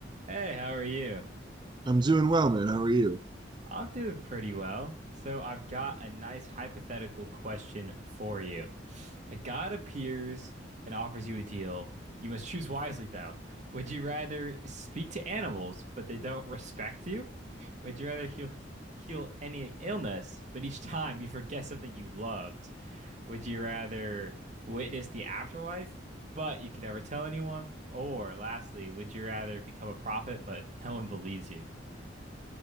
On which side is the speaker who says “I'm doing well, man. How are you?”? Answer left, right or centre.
Right